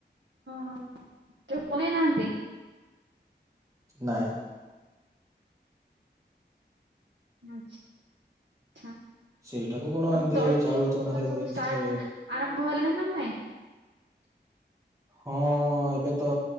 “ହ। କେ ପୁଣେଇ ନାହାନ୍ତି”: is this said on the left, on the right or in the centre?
Right